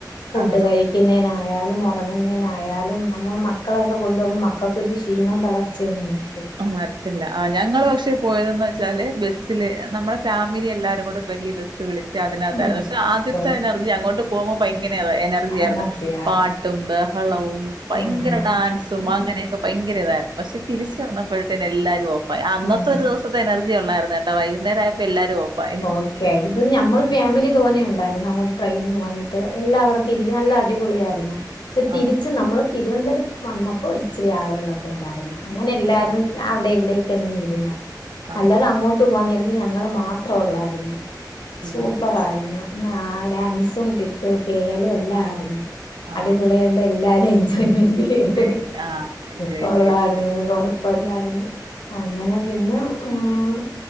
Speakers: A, on the left; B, on the right.
A: ഫുഡ്
B: ആ
A: കഴി തിന്നുതിനനായാലും ഉറങ്ങുന്നതിനായാലും നമ്മൾ മക്കളെയൊക്കെ കൊണ്ടു പോകുമ്പോൾ മക്കൾക്കൊരു ക്ഷീണം തളർച്ച്. ചെയ്യുന്നുണ്ട്
B: മരത്തില്ല ആഹ് ഞങ്ങള് പക്ഷെ. പോയതെന്ന് വെച്ചാല് ബസ്സില് നമ്മളെ ഫാമിലി എല്ലാരും കൂടെ ഒരു വലിയ ബസ്സ് വിളിച്ച്. ഒക്കെ അതിന് അകത്തായിരുന്നു,
A: ഉം
B: പക്ഷേ ആദ്യത്തെ
A: പോയ
B: എനർജി അങ്ങോട്ട് പോകുമ്പോൾ ഭയങ്കര എനർജിയായിരുന്നു
A: എനർജിയാ
B: പാ ട്ടും ബഹളവും ഭയങ്കര
A: ആഹ്
B: ഡാൻസും
A: ആഹ്
B: അങ്ങനെയൊക്കെ ഭയങ്കര ഇതായിരുന്നു, പക്ഷെ തിരിച്ച്. വരുമ്പോത്തേനും എല്ലാരും ഓഫായി അന്നത്തെ
A: ആഹ്
B: ഒരു ദിവസത്തെ എനർജി ഉള്ളായിരുന്നു കേട്ടോ വൈകുന്നേരം ആയപ്പോ എല്ലാരും ഓഫായി.
A: ഓക്കേ ആയി ഇത് ഞമ്മള്
B: ഉം.
A: ഫാമി മിലി തെനെ ഉണ്ടായിരുന്നു അങ്ങോട്ട് ട്രെയിന് പോകാനിട്ട്, എല്ലാവർക്കും ഇരിക്കാൻ നല്ല അടിപൊളിയായിരുന്നു. പക്ഷേ തിരിച്ച്
B: ആഹ്
A: നമ്മൾ തിരുവനന്തപുരം വന്നപ്പോൾ ഒരു ഇച്ചിരി ആളുകളൊക്കെ ഉണ്ടായിരുന്നു, അങ്ങനെ എല്ലാവരും.
B: ആള്
A: ഞാൻ അവിടെയും ഇവിടെയും ഒക്കെ ഇങ്ങനെ ഇരുന്നു,
B: ആഹ്
A: അല്ലാതെ
B: ആഹ്
A: അങ്ങോട്ട് പോവാൻ നേരത്തെ ഞങ്ങൾ മാ ത്രയുള്ളായിരുന്നു
B: ഉം
A: സൂപ്പറായിരുന്നു.
B: ഉം
A: ആഹ് ഡാൻസും കിട്ടും പെയ്യാലും എല്ലാം ആയിരുന്നു
B: ആഹ്
A: അടിപൊളിയാണ്. അതുകൊണ്ട് എല്ലാരും എൻജോയ്മെന്റ് ചെയ്തു,
B: എൻ ആഹ് എൻജോയ്
A: കൊള്ളായിരുന്നു.
B: ചെയ്തിട്ട്
A: പ്പില്ലായിരുന്നു അങ്ങനെ പിന്നെ. ഉം